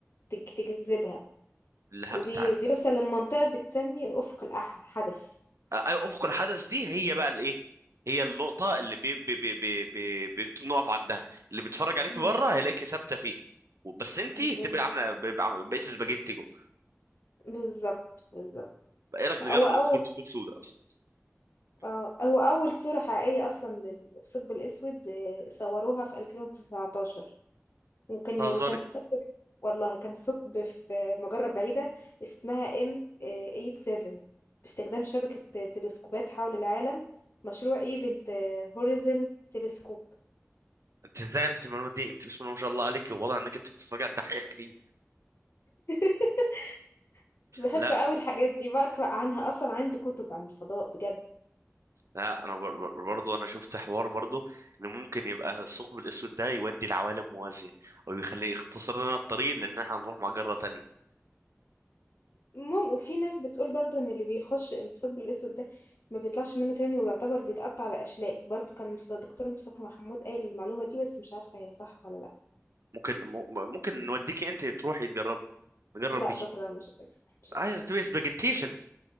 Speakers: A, on the left (about 55°); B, on the right (about 70°).
A: تج- تجذبها
B: لا
A: وبيوصل
B: انت ع-
A: لمنطقة بتسمي أفق الحدث
B: آه، أيوة، افق الحدث دي هي بقى الايه هي النقطه اللي بي بي بي بي بي بتنقف عندها اللي بيتفرج عليك
A: مم.
B: بره هيلاقيكي ثابته فيه بس انت تبقى
A: بالظبط
B: عامله بيبقى عاملة- بقيت سباجيتي جوه
A: بالظبط بالظبط
B: ايه رايك نجرب
A: هو أول
B: ندخل ثقوب سوداء اصلا
A: آه، هو أول صورة حقيقية أصلا للثقب الأسود آه، صوروها في 2019 وكان
B: بتهزري
A: وكان ثقب والله كان ثقب في مجرة بعيدة اسمها ام 87 باستخدام شبكة تلسكوبات حول العالم مشروع ايفنت هوريزن تلسكوب
B: انت ازاي عرفت المعلومات دي انت بسم الله ما شاء الله عليك والله انك انت بتتفرج على الدحيح كتير
A: <laughs> بحب
B: لا
A: قوي الحاجات دي بقرأ عنها أصلا عندي كتب عن الفضاء بجد
B: لا انا بر- بر- برضو انا شفت حوار برضو ان ممكن يبقى الثقب الاسود ده يودي لعوالم موازيه او يخليه يختصر لنا الطريق لان احنا نروح مجره تانية
A: المهم وفي ناس بتقول برضو إن اللي بيخش الثقب الأسود ده ما بيطلعش منه تاني ويعتبر بيتقطع لأشلاء برضو كان مست- دكتور مصطفى محمود قايل المعلومة دي بس مش عارفة هي صح ولا لأ
B: ممكن م- ممكن نوديكي انت تروحي تجربي نجرب
A: لا
B: بيكي
A: شكرا مش عايزة مش
B: عايز
A: عايزة
B: تبقي سباجيتيشن